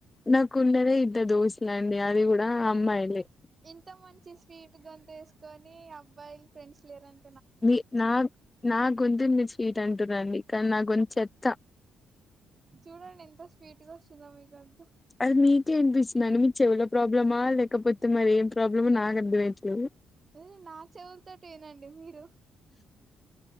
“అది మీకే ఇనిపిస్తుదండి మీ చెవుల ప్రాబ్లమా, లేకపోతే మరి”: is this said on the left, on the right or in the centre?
Left